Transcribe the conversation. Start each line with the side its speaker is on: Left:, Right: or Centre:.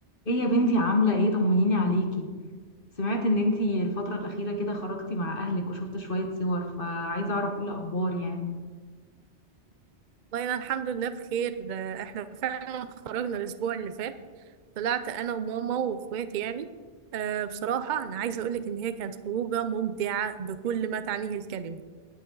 Left: ايه يا بنتي عاملة ايه طمنيني عليكي سمعت ان انتي الفترة الأخيرة كده خرجتي مع أهلك وشفت شوية صور فعايزة أعرف ايه الأخبار يعني
Right: والله أنا الحمد لله بخير ده احنا فعلا خرجنا الأسبوع اللي فات طلعت أنا وماما وإخواتي يعني أه بصراحة أنا عايزة أقولك إن هي كانت خروجة ممتعة بكل ما تعنيه الكلمة